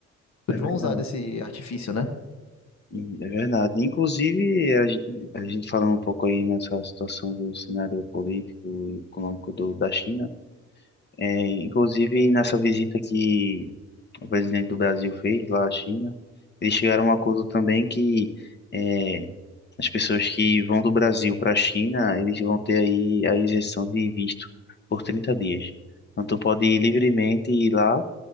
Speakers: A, on the left; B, on the left.
A: É
B: Eles
A: verdade.
B: vão usar desse artifício, né?
A: E É verdade. Inclusive, a, ge- a gente falando um pouco aí nessa situação do cenário político e econômico do, da China, é, inclusive nessa visita que o presidente do Brasil fez lá à China, eles chegaram a um acordo também que é, as pessoas que vão do Brasil para a China, eles vão ter aí a isenção de visto por 30 dias. Então, tu pode ir livremente ir lá